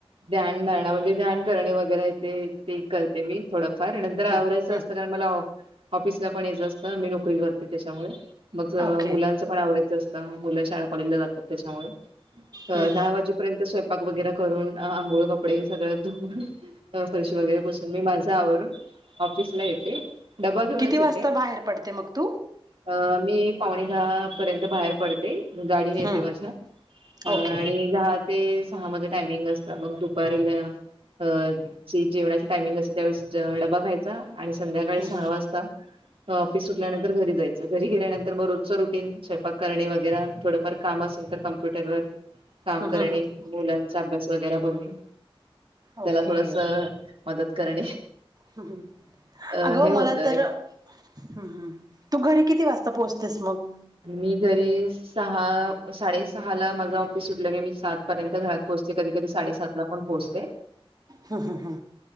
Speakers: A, on the right; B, on the right.
A: ध्यानधारणा म्हणजे ध्यान करणे वगैरे येत ते करते मी थोडं फर नंतर आवरायचं
B: हम्म हम्म
A: असतं कारण मला ऑफिसला पण यायचं असतं मी नोकरी करते त्याच्यामुळे मग
B: ओके
A: मुलांचं पण आवरायचं असतं मुलं शाळा काॅलेजला जातात त्याच्यामुळे
B: हम्म
A: दहा वाजेपर्यंत स्वयंपाक वगैरे करून आंघोळ कपडे सगळें धुवून फरशी वगैरे बसून मी माझा आवरून ऑफिसला येते. डबा घेऊनच
B: किती वाजता
A: येते.
B: बाहेर पडते मग तू
A: अ मी पावणे दहा पर्यंत बाहेर पडते. गाडी नेते
B: हम्म
A: माझ्या
B: ओके
A: आणि दहा ते सहा मध्ये टायमिंग असत मग दुपारीला, अ जी जेवणाची टायमिंग असते त्यावेळेस डबा खायचा. आणि संध्याकाळी
B: हम्म
A: सहा वाजता नंतर घरी जायचं घरी गेल्यानंतर मग रोजं रुटी स्वयंपाक करणे वगैरे थोडंफार काम असल तर कम्प् फरवारी काम
B: हम्म
A: करणे
B: हम्म हम्म
A: मुलांचा अभ्यास वगैरे बघणे
B: ओके
A: त्याला थोडंसं मदत करणे
B: हा
A: अ
B: अगं!
A: हे होतंय
B: मला तर हम् हम् तू घरी किती वाजता पोहोचतेस? मग
A: मी घरी सहा साडेसहा ला माझं ऑफिस उठलं क मी सात पर्यंत घरात पोह पोहचतेकधी कधी साडेसात ला पण पोहचते.
B: हा हा हा